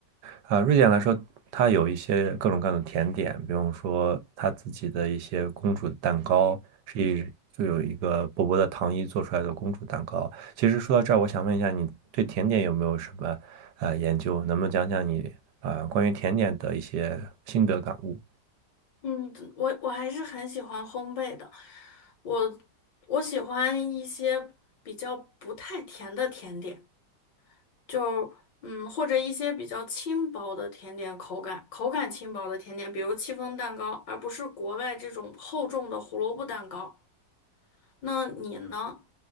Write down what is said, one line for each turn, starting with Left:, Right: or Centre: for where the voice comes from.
Right: 啊，瑞典来说，它有一些各种各样的甜点，比如说它自己的一些公主蛋糕，是以就有一个薄薄的糖衣做出来的公主蛋糕。其实说到这儿，我想问一下，你对甜点有没有什么呃研究？能不能讲讲你呃关于甜点的一些心得感悟？
Left: 嗯，我我还是很喜欢烘焙的，我我喜欢一些比较不太甜的甜点，就嗯或者一些比较轻薄的甜点，口感口感轻薄的甜点，比如戚风蛋糕，而不是国外这种厚重的胡萝卜蛋糕。那你呢？